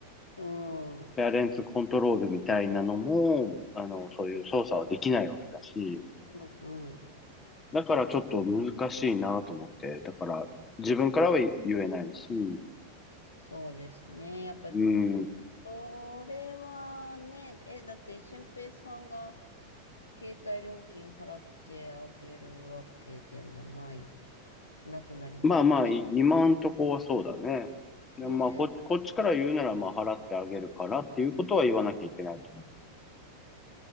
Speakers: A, on the left; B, on the left.
A: うん。うん。
B: ペアレンツコントロールみたいなのも、あの、そういう操作はできないわけだし、
A: うん。
B: だからちょっと難しいなと思って、だから自分からは言えないし、
A: そうですね。やっぱり、
B: うん、
A: それはね、え、だって、俊平さんが携帯料金払ってあげるわけでもない、なくなりますよね。
B: まあまあ、い今んとこはそうだね。でもまあこ、
A: ね
B: こっちから言うなら、まあ、払ってあげるからっていうことは言わなきゃいけないと思